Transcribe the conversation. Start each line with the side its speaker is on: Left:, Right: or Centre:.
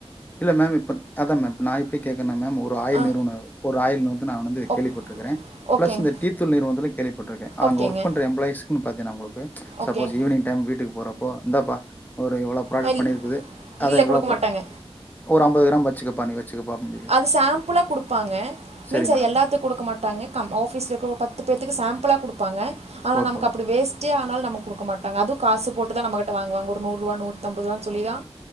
Left: இல்ல மேம் இப்ப அதான் மேம் நா எப்டி கேக்கறனா மேம் ஒரு ஆயில்
Right: ஆ
Left: நிறுவனோ ஒரு ஆயில் நிறுவ நா வந்து கேள்விப்பட்
Right: ஓக்
Left: டிருக்கிற பிளஸ்
Right: ஓகேங்க
Left: இந்த டீத்தூள் நிறுவனத்தில கேள்விப்பட்டிருக்க அது
Right: ஓகேங்க
Left: அங்க ஒர்க் பண்ற எம்ப்ளாய்ஸ்க்குன்னு பாத்தீனா உங்களுக்கு
Right: ஓகேங்க
Left: சப்போஸ் ஈவினிங் டைம் வீட்டுக்கு போறப்போ இந்தாப்பா ஒரு இவ்ளோ ப்ராடக்ட்
Right: ஆ இல்
Left: பண்ணியிருக்குது அத
Right: இல்லை
Left: இவ்ளோ
Right: கொடுக்க மாட்டாங்க
Left: ஒரு அம்பது கிராம் வெச்சுக்க பா நீ வெச் சுக்கப்பா அப்டின் சொல்லி
Right: அது சாம்பிளா குடுப்பாங்க
Left: சரி
Right: மீன்ஸா
Left: மேடம்
Right: அது எல்லா த்துக்கு குடுக்க மாட்டாங்க கம் ஆஃபீஸ்ல்ல இருக்க ஒரு பத்து பேத்துக்கு சாம்பிளா குடுப்பாங்க ஆனா
Left: ஓகே
Right: நமக்கு
Left: ஓகே
Right: அப்டி வேஸ் டே ஆனாலு நமக்கு குடுக்க மாட்டாங்க அது காசு போட்டுதா நம்மகிட்ட வாங்குவங்க ஒரு நூறு ருபா நூத்தம்பது ரூாபானு சொல்லிதா